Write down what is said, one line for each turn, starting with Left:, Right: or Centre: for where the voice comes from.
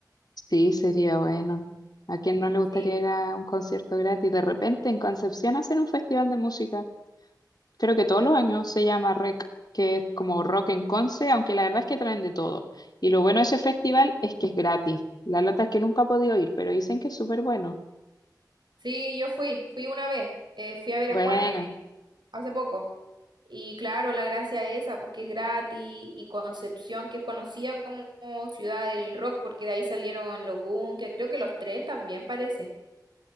Left: Sí, sería bueno. ¿A quién no le gustaría
Right: Sí.
Left: ir a un concierto gratis? De repente en Concepción hacen un festival de música. Creo que todos los años se llama REC, que es como Rock en Conce, aunque la verdad es que traen de todo. Y lo bueno de ese festival es que es gratis. La lata es que nunca he podido ir, pero dicen que es súper bueno.
Right: Sí, yo fui, fui una vez. eh, fui a ver
Left: Bueno.
Right: a Juanes. hace poco. Y claro, la gracia es esa, pues que es gratis, y Concepción, que es conocida como ciudad del rock, porque de ahí salieron los Bunkers, creo que los tres también parece.